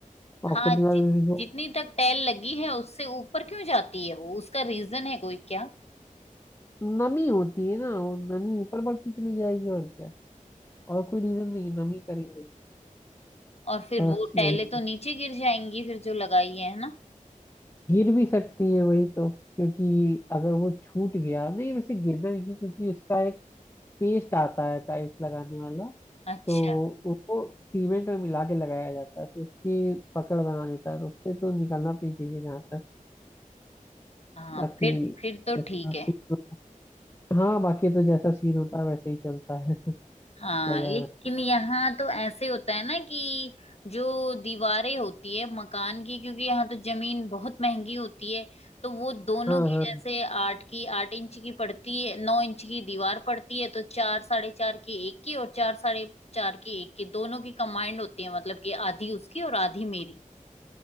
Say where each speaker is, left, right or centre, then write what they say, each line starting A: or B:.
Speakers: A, on the left; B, on the left.
A: हाँ
B: और कुछ दिन
A: जि,
B: बाद भी वो
A: जितनी तक टैल लगी है उससे ऊपर क्यों जाती है वो उसका रीजन है कोई क्या
B: नमी होती है ना वो नमी ऊपर बढ़ती चली जाएगी और क्या और कोई रीजन नहीं है, नमी का रीजन
A: और फिर
B: बस
A: वो टाइलें
B: यही
A: तो नीचे गिर जाएंगी फिर जो लगाई है ना
B: गिर भी सकती है वही तो क्योंकि अगर वो छूट गया नहीं वैसे गिर जाएगी क्योंकि उसका एक पेस्ट आता है टाइल्स लगाने वाला
A: अच्छा
B: तो उसको सीमेंट में मिला के लगाया जाता है तो उसकी पकड़ बना देता है तो उससे तो निकलना तो नहीं चाहिए जहाँ तक
A: हाँ
B: बाकी
A: फिर फिर तो
B: जैसा
A: ठीक है
B: सीन हाँ बाकी तो जैसा सीन होता है वैसे ही चलता है <laughs> क्या
A: हाँ
B: कह
A: लेकिन
B: सकता
A: यहाँ तो ऐसे होता है ना कि जो दीवारें होती है मकान की क्योंकि यहाँ तो जमीन बहुत महंगी होती है तो वो दोनों
B: हूँ
A: की
B: हाँ हाँ
A: जैसे आठ की आठ इंच की पड़ती है नौ इंच की दीवार पड़ती है तो चार साढ़े चार की एक की और चार साढ़े चार की एक की दोनों की कंबाइंड होती है मतलब कि आधी उसकी और आधी मेरी